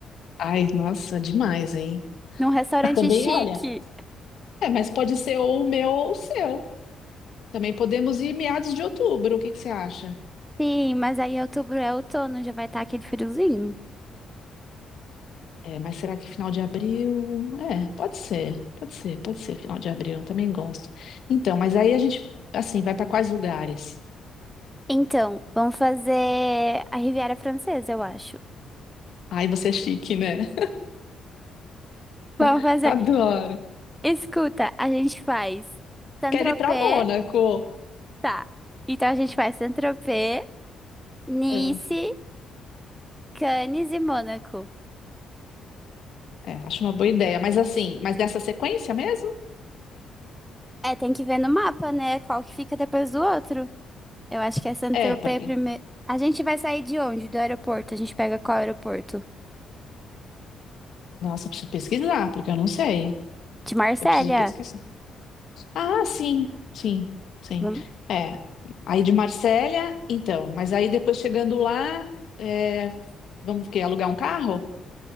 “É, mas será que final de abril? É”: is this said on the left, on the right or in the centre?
Left